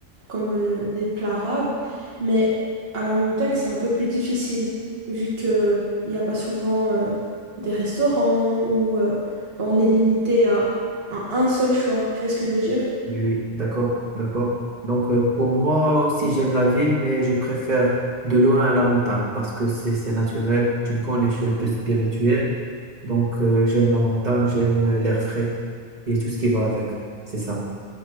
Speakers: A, on the right; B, on the right.
A: comme euh, des plats arabes. Mais à la montagne, c'est un peu plus difficile, vu qu'il n'y a pas souvent euh, des restaurants ou... euh, bah, on est limité à un, un seul choix. Tu vois ce que je veux dire?
B: Oui, oui, d'accord, d'accord. Donc, euh, pour moi aussi, j'aime la ville, mais je préfère de loin la montagne parce que c'est c'est naturel. Tu me connais, je suis un peu spirituel. Donc, euh, j'aime la montagne, j'aime euh, l'air frais et tout ce qui va avec. C'est ça.